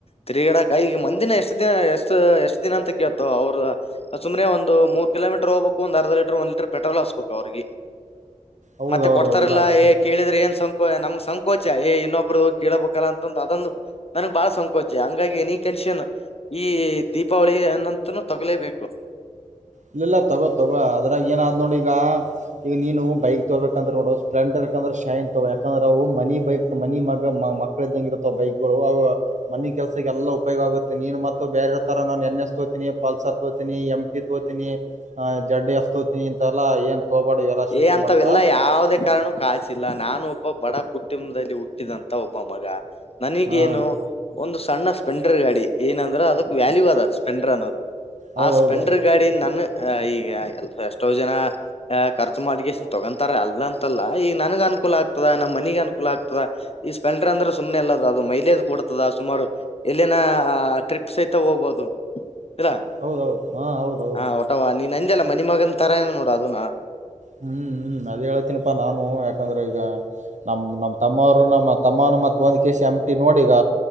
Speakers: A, on the left; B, on the right.
A: ತಿರಿಗಿಡ ಕಾಯ ಮಂದಿನ ಎಷ್ಟ್ ದಿನ ಎಷ್ಟು ಎಷ್ಟ್ ದಿನ ಅಂತ ಕೇತೋ ಅವ್ರ ಸುಮನೆ ಒಂದು ಮೂರು ಕಿಲೋಮೀಟರ್ ಹೋಗ್ಬೇಕು ಒಂದ ಅರ್ಧ ಲೀಟರ್ ಒಂದು ಲೀಟರ್ ಪೆಟ್ರೋಲ್ ಹಸ್ಬೇಕು ಅವ್ರಿಗೆ
B: ಹೌದೌದೌದು
A: ಮತ್ತೆ ಕೊಡ್ತಾರಲ್ಲ
B: ಇಲ್ಲ ಅಷ್ಟೇ
A: ಕೇಳಿದ್ರೆ ಏನ್ ನಮ್ಗ್ ಸಂಕೋಚ ಏ ಇನ್ನೊಬ್ರು ಕೇಳಬೇಕಲ್ಲ ಅಂತಂದು ಅದೊಂದು ನನಗ್ ಬಾಳ ಸಂಕೋಚ ಹಂಗಾಗಿ ನೀ ಮನುಷ್ಯನ್ ಈ ದೀಪಾವಳಿ ಅನ್ನಂತನು ತಗಲೇಬೇಕು
B: ಇಲ್ಲ ಇಲ್ಲ ತಗೋ ತಗೋ ಅದ್ರಾಗ ಏನಾದ್ ನೋಡಿ ಈಗ ಈಗ ನೀನು ಬೈಕ್ ತಗೋಬೇಕಂತ್ರ ನೋಡು ಸ್ಪ್ಲೆಂಡರ್ ಯಾಕಂದ್ರೆ ಶೈನ್ ತ ಯಾಕಂದ್ರೆ ಅವು ಮನಿ ಬೈಕ್ ಮನಿ ಮಗ ಮಕ್ಕಳ ಇದ್ದಂಗ ಇರುತಾವ ಬೈಕ್ಗಳು ಮನ ಕೆಲ್ಸಕ್ಕೆ ಎಲ್ಲ ಉಪಯೋಗ ಆುತ್ತೆ ನೀನು ಮತ್ತುತ್ತ ಬೇರೆ ತರ ನಾನು ಎನ್ ಎಸ್ೋತೀನಿ ಪಲ್ಸರ್ ತೋತೀನಿ ಎಂ ಿ ತೋ ತಿನ್ನೀ ಆ ಜಡ್ಡಿ ಎಸ್ತೋತನಿ ಇಂತವಲ್ಲ ಏನ್ ತೋಬಾಡ ಎಲ್ಲ ಶೋಕಿ
A: ಏ ಅಂತವೆಲ್ಲಾ
B: ಮಾಡ್ಬೇಡ
A: ಯಾವ್ದೆ ಕಾರಣ ಕಾಸಿಲ್ಲ ನಾನು ಕ್ ಬಡ ಕುಟುಂಬದಲ್ಲಿ ಹುಟ್ಟಿದಂತ ಒಬ್ಬ ಮಗ ನನಗೇನು
B: ಹಾ
A: ಒಂದು ಸಣ್ಣ ಸ್ಪೆಂಡರ್ ಗಾಡಿ ಏನಂದ್ರ ಅದಕ್ ವ್ಯಾಲ್ಯೂ ಅದ ಸ್ಪೆಂಡರ್ ಅನ್ನೋದು
B: ಹೌದೌದು
A: ಆ ಸ್ಪೆಂಡರ್ ಗಾಡಿ ನನ್ನ ಆ ಈಗ ಎಲ್ಲಾ ಎಷ್ಟೋ ಜನ ಆ ಖರ್ಚು ಮೋಡಿಗೇಷನ್ ತಗೊಂತಾರೆ ಅಲ್ಲ ಅಂತಲ್ಲ ಈಗ ನನ್ಗ್ ಅನುಕೂಲ ಆಗ್ತದ ನಮ್ ಮನಿಗೆ ಅನುಕೂಲ ಆಗ್ತದ ಈ ಸ್ಪೆಂಡ ಸ್ಪೆಂಡರ್ ಅಂದ್ರೆ ಸುಮ್ನೆ ಅಲ್ಲ ಅದು ಮೈಲೇಜ್ ಕೊಡ್ತದ ಸುಮಾರು ಎಲ್ಲಿನ ಆ ಟ್ರಿಪ್ ಸಹಿತ ಹೋಗ್ಬಹದು ಇರಾ
B: ಹೌದೌದು ಹಾ ಹೌದೌದು
A: ಹ ಹೊಟವಾ ನೀನ್ ಅಂದ್ಯಲ್ಲ ಮನಿ ಮಗನ್ ತರನ ನೋಡ ಅದುನ್ನಾ
B: ಹ್ಮ್ ಹ್ಮ್ ಅದೇ ಹೇಳತೀನಪ್ಪಾ ನಾನು ಯಾಕಂದ್ರೆ ಈಗ ನಮ್ ನಮ್ ತಮ್ಮವರು ನಮ್ ತಮ್ಮನು ಮತ್ ಒಂದ್ ಕೆಸಿ ಎಮಟಿ ನೋಡಿ ಈಗ